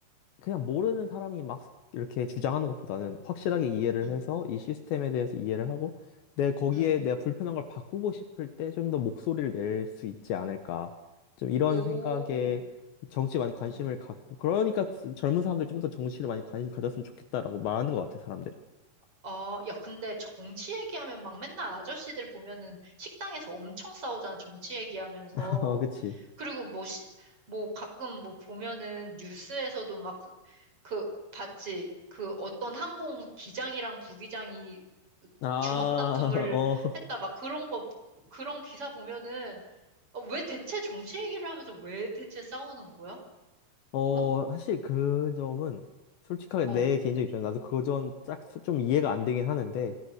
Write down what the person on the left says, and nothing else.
그냥 모르는 사람이 막 이렇게 주장하는 것보다는 확실하게 이해를
해서 이 시스템에 대해서 이해를 하고 내 거기에
내가 불편한 걸 바꾸고 싶을 때 좀 더 목소리를 낼 수 있지 않을까. 좀 이런
생각에 정치에 많이 관심을
갖고 그러니까 젊은 사람들 좀 더 정치를 많이 관심 가졌으면 좋겠다라고 말하는 것 같아 사람들이.
어, 그치.
아,
<laughs> 어,
어,
사실 그 점은 솔직하게
내 개인적 입장에 나도 그 점 딱 좀 이해가 안 되긴 하는데